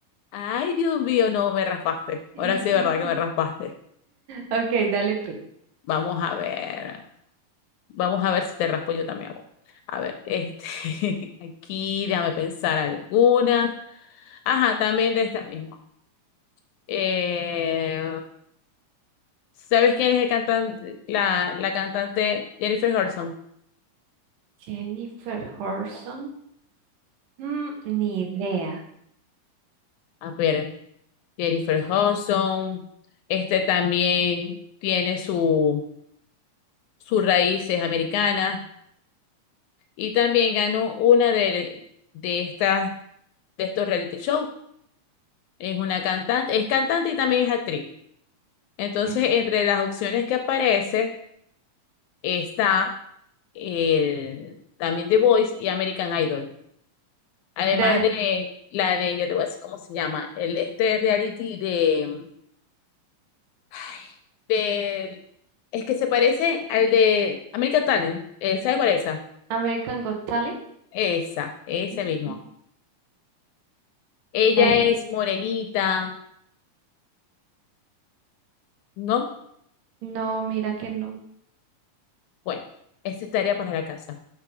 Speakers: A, on the left (about 75°); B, on the right (about 80°).
A: Ay, Dios mío, no, me raspaste.
B: <laughs>
A: Ahora sí, es verdad que me raspaste.
B: Ok, dale tú.
A: Vamos a ver. Vamos a ver si te raspo yo también. amor. A ver, este, <laughs> aquí, déjame pensar alguna. Ajá, también de esta misma. Eh, ¿sabes quién es el cantante, la, la cantante Jennifer Hudson?
B: Jennifer Horson. Mm, ni idea.
A: A ver. Jennifer Hudson, este también tiene su, sus raíces americanas y también ganó una de, de estas, de estos reality shows. Es una cantante, es cantante y también es actriz. Entonces,
B: Jennifer-
A: entre las opciones que aparece está el, también The Voice y American Idol. Además
B: De
A: de la de, ya te voy a decir cómo se llama, el, este reality de Ay, del- es que se parece al de American Talent. Eh, ¿sabes cuál es esa?
B: American Got Talent.
A: Esa, ese
B: Ujú.
A: mismo. Ella
B: Eh,
A: es morenita, ¿no?
B: no, mira que no.
A: Bueno, esa es tarea para la casa.